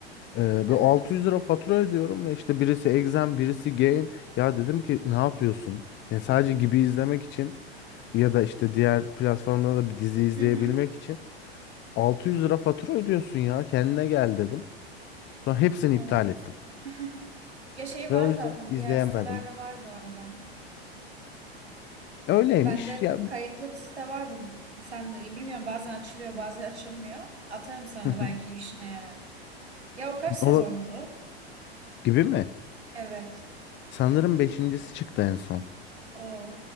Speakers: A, on the left (about 35°); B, on the right (about 85°).
A: Ee, böyle
B: evet.
A: 600 lira fatura ödüyorum ve işte birisi Exen birisi Gain. Ya dedim ki ne yapıyorsun? Yani sadece gibi izlemek için ya da işte diğer platformda da bir dizi izleyebilmek
B: Hı hı,
A: için 600 lira fatura ödüyorsun ya kendine gel dedim. Sonra hepsini
B: evet.
A: iptal ettim.
B: <laughs> Ya şey var
A: Ve o
B: zaten
A: yüzden izleyemedim.
B: diğer sitelerde var bu arada.
A: Öyleymiş
B: Bende
A: ya.
B: kayıtlı bir site vardı. Sen de bilmiyorum bazen açılıyor bazen <laughs> açılmıyor. Atarım sana
A: Hı hı.
B: da belki işine yarar. Ya o kaç sezondu?
A: O gibi mi?
B: Evet.
A: Sanırım beşincisi çıktı en son.
B: O.